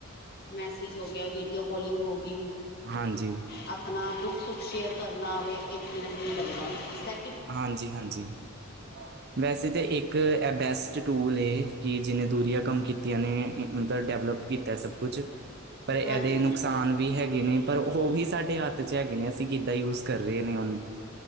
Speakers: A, on the left (about 45°); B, on the right (about 50°).
A: ਮੈਸੇਜ ਹੋ ਗਿਆ ਵੀਡੀਓ ਕਾਲਿੰਗ ਹੋ ਗਈ
B: ਹਾਂਜੀ,
A: ਆਪਣਾ ਦੁੱਖ-ਸੁੱਖ ਸ਼ੇਅਰ। ਕਰਨਾ ਆਵੇ ਇੱਕ ਮਿੰਟ ਨਹੀਂ ਲੱਗਦਾ ਸਕ
B: ਹਾਂਜੀ-ਹਾਂਜੀ, ਵੈਸੇ ਤਾਂ ਇੱਕ ਇੱਕ ਇਹ ਬੈਸਟ ਟੂਲ ਹੈ ਕੀ ਜਿਨੇ ਦੂਰੀਆਂ ਕੰਮ ਕੀਤੀਆਂ ਨੇ ਮਤਲਬ ਡੈਵਲਪ ਕੀਤਾ ਸਭ ਕੁਛ ਪਰ ਇਹਦੇ
A: ਹਾਂਜੀ
B: ਨੁਕਸਾਨ ਵੀ ਹੈਗੇ ਨੇ ਪਰ ਉਹ ਵੀ ਸਾਡੇ ਹੱਥ ਚ ਹੈਗੇ ਨੇ ਅਸੀਂ ਕਿੱਦਾਂ ਯੂਜ ਕਰ ਰਹੇ ਨੇ ਉਹਨੂੰ